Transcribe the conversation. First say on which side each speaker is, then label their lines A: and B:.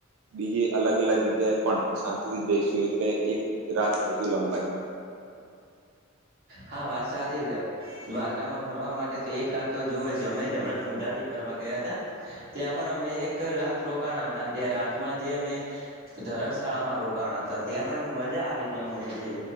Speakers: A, on the right (about 80°); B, on the right (about 45°).
A: બીજી અલગ અલગ જગ્યાએ પણ, શાંતિ થી જઈશું એટલે એક રાત વધુ લંબાઈ
B: હા વાત સાચી છે. દ્વારકામાં ફરવા માટે તો એક રાત તો જોવે જ, અમે હમણાં સુંજાજી ફરવા ગયા હતા. ત્યાં પણ અમે એક રાત રોકાણા હતા, ત્યાં રાતમાં જ જે અમે ધર્મશાળામાં રોકાણ હતા. ત્યાં પણ મજા આવી હતી, અમને જે